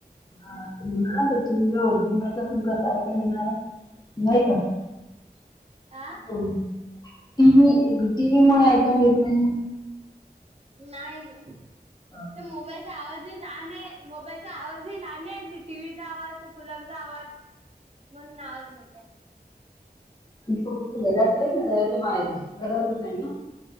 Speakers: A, on the left; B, on the right.
A: हा <unintelligible> ना ते टी व्ही <unintelligible> येणार आहे नाही का. <inaudible>
B: आ?
A: हो. टीव्ही टीव्हीमुळं ऐकायला येत नाही ना.
B: नाही.
A: आणि
B: ते मोबाईलचा आवाजही लहान आहे, मोबाईलचा आवाजही लहान आहे. आणि टीव्हीचा आवाज, ते कुलरचा आवाज म्हणून आवाज नाहीे येत आहे.
A: आणि तु कुठे घरातच आहे का घराच्या बाहेर आहे. घरातच आहे ना?